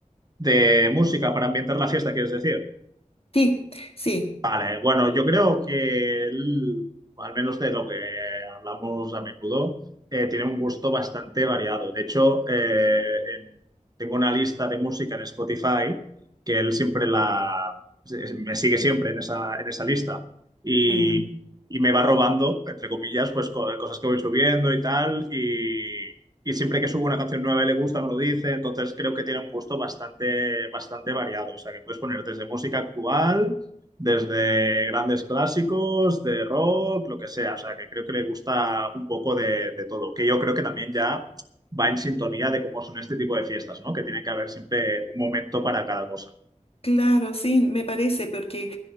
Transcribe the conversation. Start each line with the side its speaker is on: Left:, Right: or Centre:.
Right: De música para ambientar la fiesta, ¿quieres decir?
Left: Sí, sí,
Right: Vale, bueno, yo creo que él, al menos de lo que hablamos a menudo, eh, tiene un gusto bastante variado. De hecho, eh, en- tengo una lista de música en Spotify que él siempre la... se- me sigue siempre en esa, en esa lista y,
Left: mm,
Right: y me va robando, entre comillas, pues co- cosas que voy subiendo y tal. Y, y siempre que subo una canción nueva y le gusta, me lo dice. Entonces creo que tiene un gusto bastante, bastante variado. O sea, que puedes poner desde música actual desde grandes clásicos, de rock, lo que sea. O sea, que creo que le gusta un poco de, de todo, que yo creo que también ya va en sintonía de cómo son este tipo de fiestas, ¿no? Que tiene que haber siempre un momento para cada cosa.
Left: claro, sí, me parece, porque